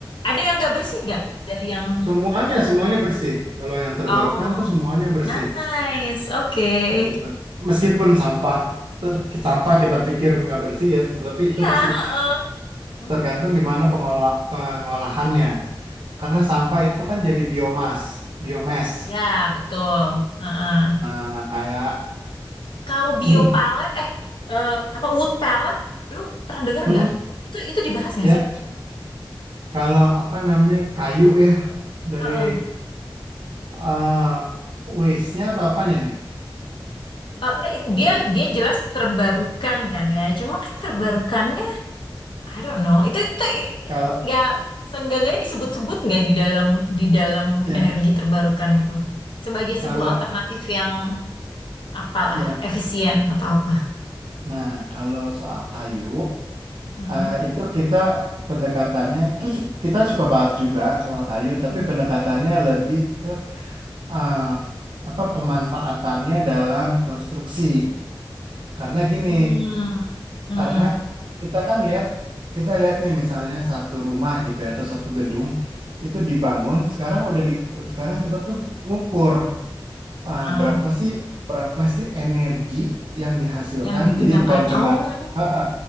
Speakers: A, on the left; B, on the right.
A: Ada yang nggak bersih gak dari yang
B: Semuanya, semuanya bersih. Kalau yang terbarukan
A: Oh,
B: tuh semuanya bersih,
A: nice. Oke.
B: gitu. Meskipun sampah, ter- sampah kita pikir nggak bersih ya, tapi
A: Iya.
B: itu bersih.
A: heeh. Hmm,
B: Tergantung gimana pengolah pengolahannya. Karena sampah itu kan jadi biomas, biomes.
A: Ya, betul. Heeh.
B: Nah, kayak,
A: Kalau
B: mm,
A: bio palette, eh, eh, apa wood palette, lu pernah dengar
B: mm,
A: nggak? Itu itu dibahas nggak
B: ya,
A: sih?
B: kalau apa namanya kayu ya dari
A: Heeh.
B: eh waste-nya atau apanya nih?
A: Eh, enggak, it-
B: Dari
A: dia dia jelas terbarukan kan ya. Cuma kan terbarukannya, I don't know. Itu itu i-
B: kalau
A: nggak seenggaknya disebut-sebut nggak di dalam di dalam
B: ya
A: energi terbarukan itu sebagai
B: kalau
A: sebuah alternatif yang apalah
B: ya,
A: efisien atau apa?
B: nah kalau soal kayu.
A: Mm-mm.
B: Eh, itu kita pendekatannya itu su- kita suka bahas juga soal kayu, tapi
A: Mhm.
B: pendekatannya lebih ke eh, apa pemanfaatannya dalam konstruksi. Karena gini,
A: Hmm, hmm,
B: karena kita kan lihat kita lihat nih misalnya satu rumah gitu ya atau satu gedung itu dibangun, sekarang udah di sekarang kita tuh ngukur eh,
A: ah,
B: berapa sih berapa sih energi yang dihasilkan?
A: yang digunakan.
B: Jadi bukan cuma
A: Oh,
B: Ah, ah.